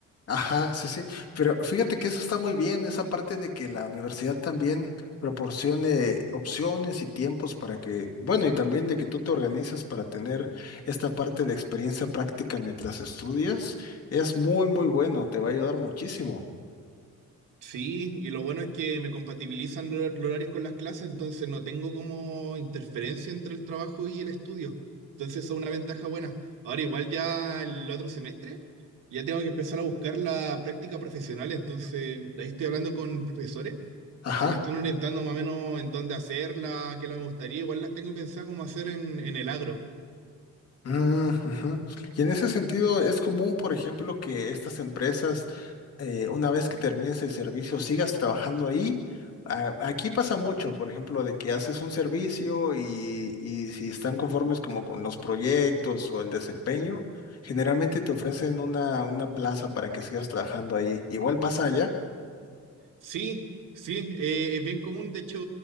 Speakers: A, on the left; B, on the right.
A: Ajá, sí, sí. Pero fíjate que eso está muy bien, esa parte de que la universidad también proporcione opciones y tiempos para que, bueno, y también de que tú te organices para tener esta parte de experiencia práctica mientras estudias, es muy, muy bueno, te va a ayudar muchísimo.
B: Sí, y lo bueno es que me compatibilizan los los horarios con las clases, entonces no tengo como interferencia entre el trabajo y el estudio. Entonces eso es una ventaja buena. Ahora igual ya el otro semestre ya tengo que empezar a buscar la práctica profesional, entonces ahí estoy hablando con profesores
A: Ajá.
B: que me están orientando más o menos en dónde hacerla, qué la me gustaría, igual las tengo pensado como hacer en, en el agro.
A: Mm, ujú. Y en ese sentido, es común, por ejemplo, que estas empresas, eh, una vez que termines el servicio, sigas trabajando ahí. A- aquí pasa mucho, por ejemplo, de que haces un servicio y, y si están conformes como con los proyectos o el desempeño, generalmente te ofrecen una, una plaza para que sigas trabajando ahí. Igual pasa allá.
B: Sí, sí, eh, es bien común. De hecho,